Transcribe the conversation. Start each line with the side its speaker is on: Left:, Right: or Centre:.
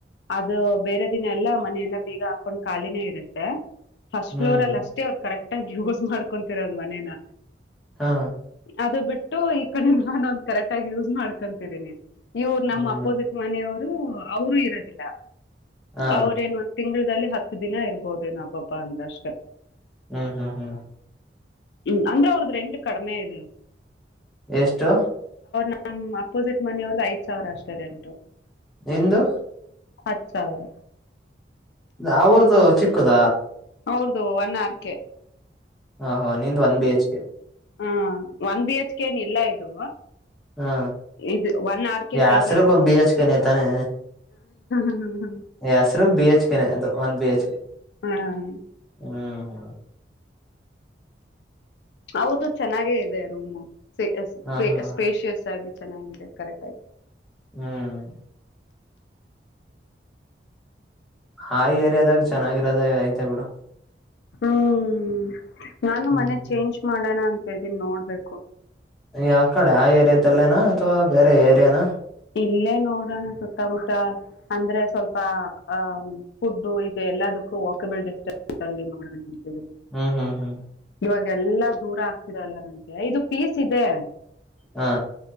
Left: ಅದು ಬೇರೆ ದಿನ ಎಲ್ಲಾ ಮನೆಯೆಲ್ಲಾ ಬೀಗ ಹಾಕೊಂಡ್ ಖಾಲಿನೇ ಇರುತ್ತೆ ಪಸ್ಟ್
Centre: ಹ್ಮ್
Left: ಪ್ಲೋರ ಅಲ್ಲಿ ಅವ್ರ ಕರೆಕ್ಟ್ ಕಟ್ಟಾಗಿ ಯೂಸ್ ಮಾಡ್ಕೊತಿರಂಗ ಮನೇನ
Centre: ಹಾ
Left: ಅದು ಬಿಟ್ಟು ಈ ಕಡೆ ನಾನು ಒಂದ ಕರೆಕ್ಟ್ ಆಗ ಯೂಸ್ ಮಾಡ್ಕೊಂತಿದೀನಿ ಇವ್ರು ನಮ್ಮ್
Centre: ಹ್ಮ್
Left: ಅಪೋಸಿಟ್ ಮನೆಯವ್ರು ಹ ಅವರುೂ ಇರೋದಿಲ್ಲ
Centre: ಹಾ
Left: ಅವ್ರೇನ್ ಒಂದ ತಿಂಗಳ್ದಲ್ಲಿ ಹತ್ತು ದಿನ ಇರ್ಬೋದೇನ ಹಬ್ಬಬ್ಬ ಅಂದಷ್ಟೇ
Centre: ಹ್ಮ್ ಹ್ಮ್ ಹ್ಮ್
Left: ಹ್ಮ್ ಅಂದ್ರೆ ಅವ್ರ್ದ ರೆಂಟ್ ಕಡಿಮೆ ಇದು
Centre: ಎಷ್ಟು
Left: ನಮ್ಮ್ ಅಪೋಸಿಟ್ ಮನೆಯವ್ರ ಐದು ಸಾವಿರ ಅಷ್ಟೆ ರೆಂಟು
Centre: ಎಂದು
Left: ಹತ್ತು ಸಾವಿರ
Centre: ಅವ್ರ್ದು ಚಿಕ್ಕದ
Left: ಹೌದು ಒನ್ ಆರ್ ಕೆ
Centre: ಹ ಹಾ ನಿಂದ ಒನ್ ಬಿ ಹೆಚ್ ಕೆ
Left: ಹಾಂ ಒನ್ ಬಿ ಹೆಚ್ ಕೆೇನು ಇಲ್ಲ ಇದು
Centre: ಹ್ಮ
Left: ಇದು ಒನ್ ಆರ್ ಕೆ
Centre: ಯಾಸರುಕ
Left: ಸೈಜ ಇದನು
Centre: ಬಿ ಎಚ್ಕನೆ ತಾನೆ
Left: ಹ್ಮ <unintelligible>
Centre: ಹೆಸರಿಗ್ ಬಿಚ್ ಅದು ಒನ್ ಬಿ ಹೆಚ್
Left: ಹ ಹ
Centre: ಹ್ಮ್
Left: ಹೌದು ಚೆನ್ನಾಗೇ ಇದೆ ರೂಮು ಸ್ಪ
Centre: ಹಾ ಹಾ
Left: ಸ್ಪೇಷಿಯಸ್ ಆಗಿ ಚೆನ್ನಾಗಿದೆ ಕರೆಕ್ಟ್ ಆಗ
Centre: ಹ್ಮ್ ಹಾಯಿ ಏರಿಯದಾಗ ಚೆನ್ನಾಗಿ ಇದೇ ಆಯ್ತಾ ಬಿಡು
Left: ಹ್ಮ್ ನಾನು
Centre: ಹ್ಮ್
Left: ಮನೆ ಚೇಂಜ್ ಮಾಡೋಣ ಅಂತ ನ್ ನೋಡ್ಬೇಕು
Centre: ಯಾವ ಕಡೆ ಆ ಏರಿಯಾದಲ್ಲೇನಾ ಅಥ್ವಾ ಬೇರೆ ಏರಿಯಾನ
Left: ಇಲ್ಲೇ ನೋಡೋಣ ಸುತ್ತಮುತ್ತ ಅಂದ್ರೆ ಸ್ವಲ್ಪ ಆಹ ಫುಡ್ ಇದೆ ಎಲ್ಲದಕ್ಕೂ ವಾಕಬಲ್ ಡಿಸ್ಟೆನ್ಸ್ ಅಲ್ಲಿ ನೋಡೋಣ ಅಂತಿದೀನಿ
Centre: ಹ್ಮ್ ಹ್ಮ್ ಹ್ಮ್
Left: ಇವಾಗ ಎಲ್ಲಾ ದೂರ ಆಗ್ತಿದಲ್ಲ ನಂಗೆ ಇದು ಪೀಸ್ ಇದೆ
Centre: ಹಾ